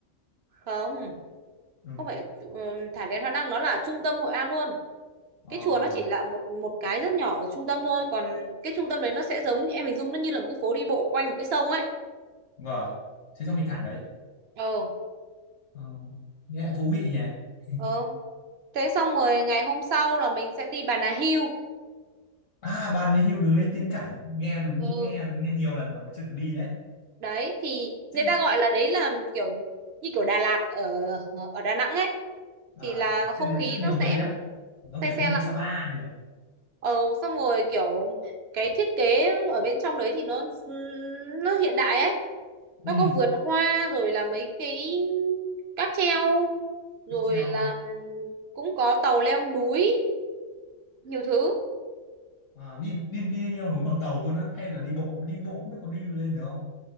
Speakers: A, on the right; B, on the left.
A: không
B: Ừ.
A: không phải chu- ừm, thả đèn hoa đăng nó là trung tâm Hội An luôn
B: Ờ,
A: cái chùa nó chỉ là một một cái rất nhỏ ở trung tâm thôi còn cái trung tâm đấy nó sẽ giống em hình dung nó như là một cái phố đi bộ quanh một cái sông ấy
B: vâng. Thế xong mình thả đấy.
A: ờ
B: Ờ, nghe thú vị nhỉ. <laughs>
A: ờ thế xong rồi ngày hôm sau là mình sẽ đi Bà Nà Hill
B: À, bàn đấy hưu đường lên tiên cảnh. Nghe đúng
A: ừ
B: nghe nghe nhiều lần rồi mà chưa được đi đấy.
A: đấy thì
B: Trên
A: người ta gọi là đấy là kiểu như kiểu Đà Lạt ở ở Đà Nẵng ấy
B: à,
A: thì là không
B: trên đấy
A: khí
B: rất nhiều
A: nó
B: mây
A: sẽ
B: lắm. Nó
A: se
B: kiểu
A: se
B: như
A: lạnh
B: Sapa nhỉ.
A: ờ xong rồi kiểu cái thiết kế ở bên trong đấy thì nó nó hiện đại ấy nó
B: Ừ,
A: có vườn hoa rồi là mấy cái cáp treo rồi
B: cáp treo.
A: là ừm, cũng có tàu leo núi nhiều thứ
B: À, đi đi đi leo núi bằng tàu luôn á hay là đi bộ đi bộ không biết có đi lên được không